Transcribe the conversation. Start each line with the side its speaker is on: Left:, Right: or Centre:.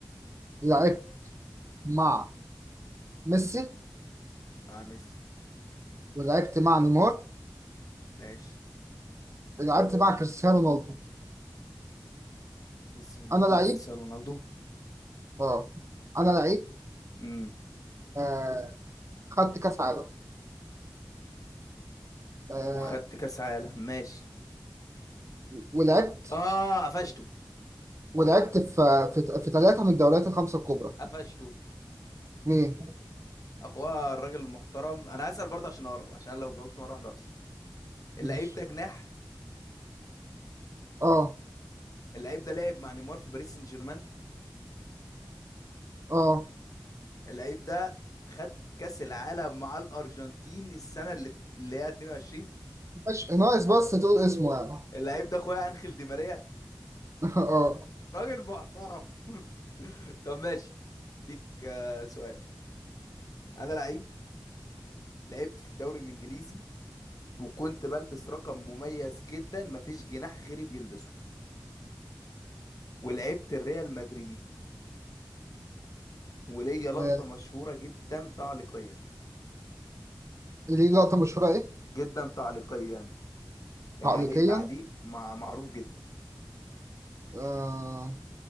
Right: لعبت مع ميسي
Left: مع ميسي
Right: ولعبت مع نيمار
Left: ماشي
Right: ولعبت مع كريستيانو رونالدو
Left: ميسي ونيمار
Right: انا لعيب
Left: وكريستيانو رونالدو
Right: اه انا لعيب
Left: امم
Right: آه خدت كاس عالم آه
Left: وخدت كاس عالم ماشي
Right: ولعبت
Left: اه قفشته
Right: ولعبت في في في ثلاثه من الدوريات الخمسه الكبرى
Left: قفشته
Right: مين
Left: اخويا الراجل المحترم انا هسأل برضه عشان اقرب عشان لو جاوبت مره واحده اخسر اللعيب
Right: ماشي
Left: ده جناح
Right: اه
Left: اللعيب ده لعب مع نيمار في باريس سان جيرمان
Right: اه
Left: اللعيب ده خد كأس العالم مع الأرجنتين السنة اللي في اللي هي 22
Right: مش ناقص بس تقول اسمه يعني <laughs>
Left: اللعيب ده أخويا أنخيل دي ماريا
Right: اه
Left: راجل محترم <laughs> طب ماشي اديك آه، سؤال أنا لعيب لعبت في الدوري الإنجليزي وكنت بلبس رقم مميز جدا مفيش جناح غيري بيلبسه ولعبت الريال مدريد وليا لقطة
Right: آه،
Left: مشهورة جدا تعليقيا
Right: ليه لقطة مشهورة ايه
Left: جدا تعليقيا يعني
Right: تعليقيا
Left: عليه تعليق مع معروف جدا
Right: آه